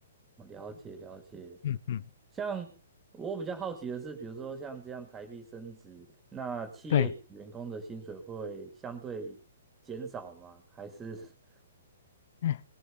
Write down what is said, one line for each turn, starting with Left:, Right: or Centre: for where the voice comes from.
Right: 我了解了解。
Left: 嗯嗯，
Right: 像我比较好奇的是，比如说像这样台币升值，那企业给员工的薪水会相对减少吗？
Left: 对，
Right: 还是 <laughs>
Left: 嗯